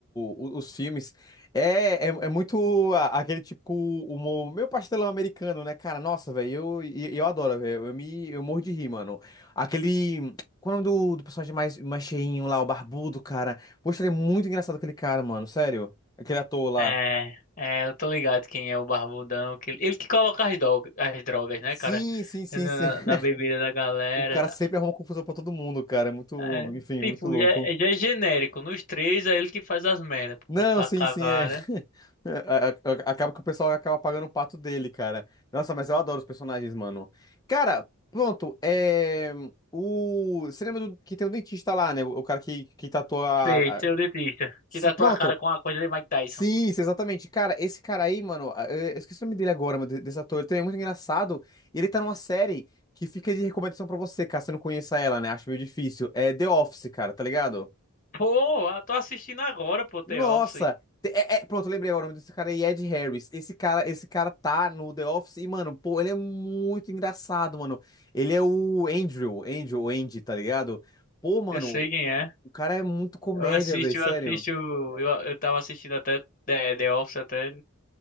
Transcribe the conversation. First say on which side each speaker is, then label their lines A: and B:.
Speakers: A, on the left; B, on the left.
A: o- os filmes. É, é, é muito a- aquele tipo humor, meio pastelão americano, né, cara? Nossa, velho, eu, eu, eu adoro, velho. Eu me, eu morro de rir, mano. Aquele. Qual é o nome do, do personagem mais, mais cheinho lá, o barbudo, cara? Poxa, ele é muito engraçado, aquele cara, mano, sério. Aquele ator lá.
B: É, é, eu tô ligado quem é o Barbudão. Que, ele que coloca as, droga- as drogas, né,
A: Sim,
B: cara?
A: sim, sim,
B: Na, na
A: sim. <laughs>
B: na bebida da galera.
A: O cara
B: tá?
A: sempre arruma confusão pra todo mundo, cara. É muito,
B: É,
A: enfim,
B: tipo,
A: muito louco.
B: já, é- já é genérico. Nos três é ele que faz as merdas,
A: Não,
B: pô. Pra
A: sim,
B: cagada.
A: sim, é. <laughs> A- a- a- Acaba que o pessoal acaba pagando o pato dele, cara. Nossa, mas eu adoro os personagens, mano. Cara, pronto, é. O... Você lembra do... que tem um dentista lá, né? O o cara que, que tatua. a-
B: Sei, seu
A: a-
B: dentista.
A: Se...
B: Que tá
A: Pronto.
B: tua cara com a coisa de Mike Tyson.
A: Sim, sim, exatamente. Cara, esse cara aí, mano, a- eu eu esqueci o nome dele agora, mas de- desse ator, ele também é muito engraçado. e Ele tá numa série que fica de recomendação pra você, caso você não conheça ela, né? Acho meio difícil. É The Office, cara, tá ligado?
B: Pô, eu tô assistindo agora, pô, The
A: Nossa!
B: Office.
A: Te- É, é- pronto, lembrei agora o nome desse cara é Ed Harris. Esse cara, esse cara tá no The Office e, mano, pô, ele é muito engraçado, mano. Ele é o Andrew, Andrew, Andy, tá ligado? Pô, mano,
B: Eu sei quem é.
A: o cara é muito comédia,
B: Eu assisto,
A: velho, sério.
B: eu assisto. Eu, eu tava assistindo até The, The Office até.